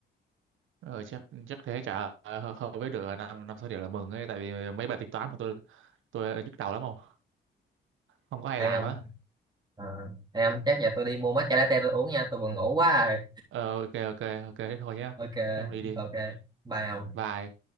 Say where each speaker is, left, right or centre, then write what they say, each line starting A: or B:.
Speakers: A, on the right; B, on the right.
A: ờ, chắc chắc thế chả ờ, hợp với được à, năm năm sáu điểm là mừng ấy tại vì mấy bài tính toán mà tôi tôi nhức đầu lắm không không có hay
B: thì
A: làm
B: ông
A: á
B: à, thì ông chắc giờ tôi đi mua matcha latte tôi uống nha tôi vừa ngủ quá rồi
A: ờ, ok ok ok thế thôi nhá
B: ok
A: thế ông đi đi
B: ok bye ông
A: bye